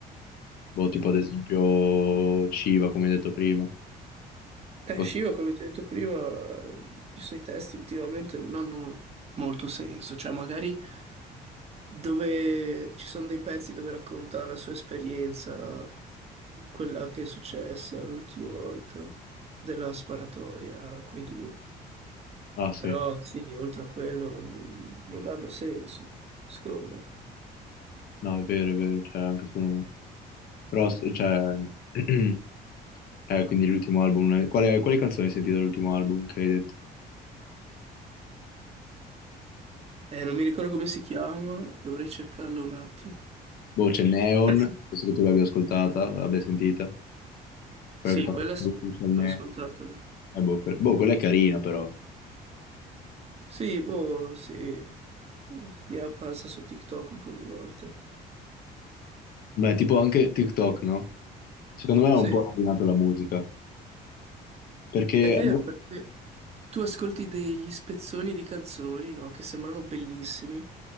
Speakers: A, on the left; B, on the right.
A: Boh, tipo
B: Eh,
A: ad esempio Shiva, come hai detto prima.
B: Eh,
A: Oh,
B: Shiva, come ti ho detto prima, i suoi testi ultimamente non hanno molto senso, cioè magari dove ci sono dei pezzi dove racconta la sua esperienza, quella che è successa l'ultima volta, della sparatoria, quei due.
A: Ah sì,
B: Però sì, oltre a quello non, non hanno senso, secondo me.
A: no è vero, è vero, cioè anche secondo me. Però, s- cioè, <clears throat> eh, quindi l'ultimo album, non è- quale, quale canzone hai sentito dall'ultimo album che hai detto?
B: Eh, non mi ricordo come si chiama, dovrei cercarlo un attimo.
A: Boh, c'è Neon,
B: <laughs>
A: penso che tu l'abbia ascoltata, l'abbia sentita, quella
B: Sì,
A: che fa
B: quella sì,
A: c'è il
B: l'ho
A: Neon.
B: ascoltata.
A: Eh, boh, que- boh, quella è carina però.
B: Sì, boh, sì. Mi è apparsa su TikTok un po' di volte.
A: Beh, tipo anche TikTok, no? Secondo me ha
B: Sì,
A: un po' rovinato la musica, perché,
B: è vero perché tu ascolti degli spezzoni di canzoni, no? Che sembrano bellissimi,